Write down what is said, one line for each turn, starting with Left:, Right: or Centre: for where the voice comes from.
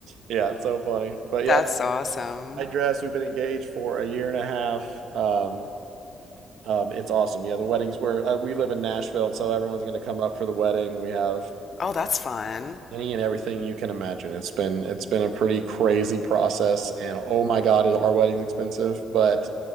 Right: yeah, it's so funny. But
Left: That's
Right: yep,
Left: awesome.
Right: I dress. We've been engaged for a year and a half. Um um, it's awesome. Yeah, the weddings where uh, we live in Nashville, and so everyone's going to come up for the wedding. We have
Left: Oh, that's fun.
Right: any and everything you can imagine. It's been it's been a pretty crazy process, and oh my God, is our wedding's expensive, but